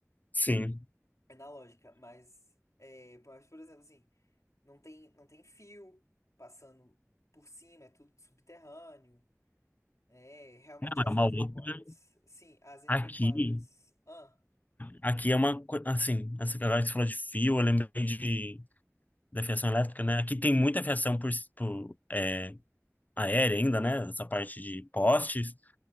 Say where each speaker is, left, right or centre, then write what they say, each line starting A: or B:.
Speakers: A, on the left (about 30°); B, on the left (about 70°).
A: sim.
B: É na lógica, mas, é, mas, por exemplo, assim, não tem, não tem fio passando por cima, é tudo subterrâneo, né? Realmente
A: Não,
B: as
A: é uma
B: entrequadras.
A: outra.
B: Sim, as entrequadras.
A: Aqui,
B: Ah,
A: aqui é uma. co- Assim, essa galera que você falou de fio, eu lembrei de, da fiação elétrica, né? Aqui tem muita fiação por, por é, aérea ainda, né? Essa parte de postes.